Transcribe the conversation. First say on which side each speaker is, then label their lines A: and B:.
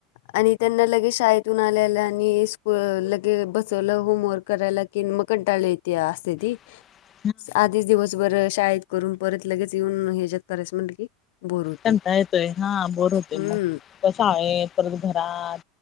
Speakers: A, on the left; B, on the left.
A: आणि त्यांना लगेच शाळेतून आल्याल्या आणि स्कू लगे बसवलं होमवर्क करायला कि म कंटाळले त्या असत्या ती
B: <unintelligible>
A: आधीच दिवसभर शाळेत करून परत लगेच येऊन हेच्यात करायचं म्हणट की. बोर होते
B: कंटाळ येतोय हा बोर होतोय
A: हम्म
B: मग शाळेत परत घरात